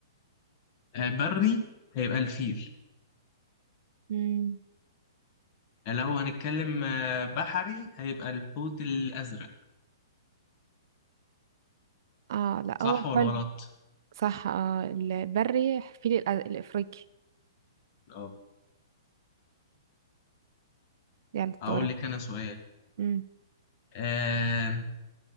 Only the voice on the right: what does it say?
مم.
اه لا
هو
حلو
صح اه البري فيل الأ- الافريقي
دي على الطارئ
امم